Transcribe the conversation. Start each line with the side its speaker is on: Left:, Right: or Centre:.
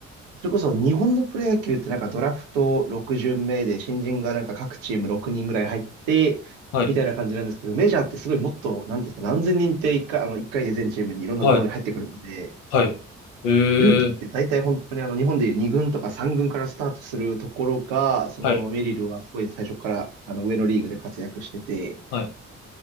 Right: それこそ日本のプロ野球ってなんかドラフト6巡目で新人がなんか各チーム6人ぐらい入って、
Left: はい。
Right: みたいな感じなんですけど、メジャーってすごいもっと、なんていうんですか、何千人って1回、あの一回で全チームにいろんなところに入ってくるので、
Left: はいはい。え
Right: ルーキーって大体本当にあの日本でいう2軍とか3軍からスタートするところが、
Left: え、
Right: そのメリルはすごい最初からあの上のリーグで活躍してて、
Left: はい、はい、